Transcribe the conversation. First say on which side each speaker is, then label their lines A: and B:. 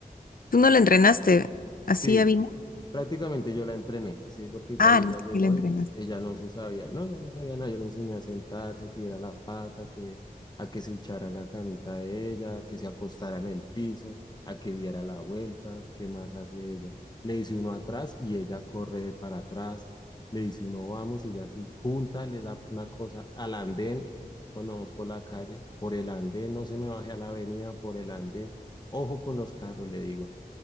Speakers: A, on the left; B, on the left.
A: ¿Tú no la entrenaste así,
B: Sí,
A: Avina?
B: prácticamente yo la entrené, sí, porque cuando
A: Ah,
B: ya llegó
A: sí la entrenaste.
B: e-, ella no se sabía, no, ya no sabía nada, yo le enseñé a sentarse, a que diera la pata, que, a que se echara en la camita de ella, a que se acostara en el piso, a que diera la vuelta, ¿qué más hace ella? Le dice uno atrás y ella corre de para atrás, le dice uno vamos y ella así, junta, le da una cosa al andén cuando vamos por la calle, por el andén, no se me baje a la avenida, por el andén, ojo con los carros, le digo.